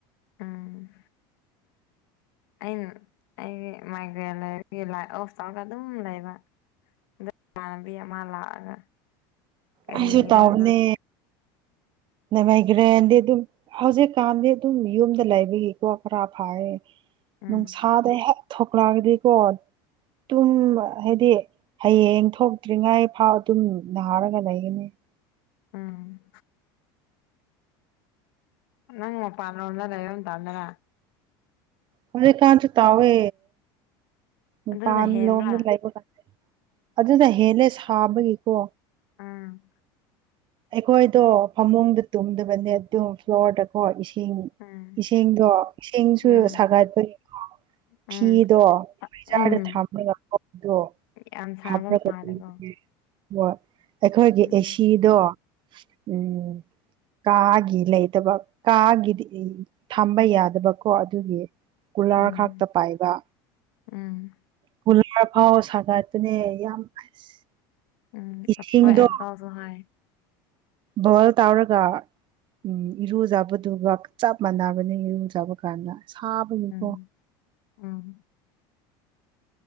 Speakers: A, on the left; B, on the right.
A: ꯎꯝ꯫ ꯑꯩꯅ ꯑꯩꯒꯤ ꯃꯥꯏꯒ꯭ꯔꯦꯟ ꯂꯩꯕꯒꯤ ꯂꯥꯏꯠ ꯑꯣꯐ ꯇꯧꯔꯒ ꯑꯗꯨꯝ ꯂꯩꯕ ꯫ ꯏꯃꯥꯟꯅꯕꯤ ꯑꯃꯂꯥꯛꯑꯒ ꯀꯔꯤꯔꯅ
B: ꯑꯩꯁꯨ ꯇꯧꯕꯅꯦ ꯃꯥꯏꯒ꯭ꯔꯦꯟꯗꯤ ꯑꯗꯨꯝ ꯍꯧꯖꯤꯛꯀꯥꯟꯗꯤ ꯑꯗꯨꯝ ꯌꯨꯝꯗ ꯂꯩꯕꯒꯤꯀꯣ ꯈꯔ ꯐꯌꯦ
A: ꯎꯝ
B: ꯅꯨꯡꯁꯥꯗ ꯍꯦꯛ ꯊꯣꯛꯂꯛꯑꯒꯗꯤꯀꯣ ꯇꯨꯝꯕ ꯍꯥꯏꯗꯤ ꯍꯌꯦꯡ ꯊꯣꯛꯇ꯭ꯔꯤꯉꯥꯏ ꯐꯥꯎ ꯑꯗꯨꯝ ꯅꯥꯔꯒ ꯂꯩꯒꯅꯤ ꯫
A: ꯎꯝ ꯅꯪ ꯃꯄꯥꯟꯂꯣꯝꯗ ꯂꯩꯕ ꯃꯇꯝꯗꯔꯥ ꯫
B: ꯍꯧꯖꯤꯛ ꯀꯥꯟꯁꯨ ꯇꯧꯋꯦ ꯃꯄꯥꯟ
A: ꯑꯗꯨꯅ ꯍꯦꯟꯕ꯭ꯔꯥ
B: ꯂꯣꯝꯗ ꯂꯩꯕꯀꯥꯟꯗꯀꯣ꯫ ꯑꯗꯨꯅ ꯍꯦꯜꯂꯦ ꯁꯥꯕꯒꯤꯀꯣ
A: ꯎꯝ꯫
B: ꯑꯩꯈꯣꯏꯗꯣ ꯐꯃꯨꯡꯗ ꯇꯨꯝꯗꯕꯅꯦ ꯑꯗꯨ꯫ ꯐ꯭ꯂꯣꯔꯗꯀꯣ ꯏꯁꯤꯡ
A: ꯎꯝ
B: ꯏꯁꯤꯡꯗꯣ ꯏꯁꯤꯡꯁꯨ
A: ꯎꯝ
B: ꯁꯥꯒꯠꯄꯅꯤꯀꯣ꯫
A: ꯎꯝ
B: ꯐꯤꯗꯣ ꯐ꯭ꯔꯤꯖꯥꯔꯗ
A: ꯎꯝ
B: ꯊꯥꯂꯒ ꯄꯣꯗꯣ
A: ꯌꯥꯝ ꯁꯥꯕ
B: ꯍꯥꯞꯄꯒ
A: ꯃꯥꯜꯂꯦꯀꯣ
B: ꯇꯨꯝꯕꯅ ꯍꯣꯏ ꯑꯩꯈꯣꯏꯒꯤ
A: ꯎꯝ
B: ꯑꯦꯁꯤꯗꯣ ꯎꯝ ꯀꯥꯒꯤ ꯂꯩꯇꯕ ꯀꯥꯒꯤꯗꯤ ꯊꯝꯕ ꯌꯥꯗꯕꯀꯣ ꯑꯗꯨꯒꯤ꯫ ꯀꯨꯂꯥ
A: ꯎꯝ
B: ꯈꯛ ꯇ ꯄꯥꯏꯕ
A: ꯎꯝ
B: ꯀꯨꯂꯔ ꯐꯥꯎ ꯁꯥꯒꯠꯄꯅꯦ ꯌꯥꯝ ꯑꯁ
A: ꯎꯝ
B: ꯏꯁꯤꯡꯗꯣ
A: ꯍꯣꯏ ꯑꯀꯥꯜꯁꯨ ꯍꯥꯏꯌꯦ꯫
B: ꯕꯣꯜ ꯇꯧꯔꯒ ꯎꯝ ꯏꯔꯨꯖꯕꯗꯨꯒ ꯆꯞ ꯃꯥꯟꯅꯕꯅꯤ ꯏꯔꯨ ꯆꯥꯕ ꯀꯥꯟꯗ ꯁꯥꯕꯒꯤꯀꯣ꯫
A: ꯎꯝ ꯎꯝ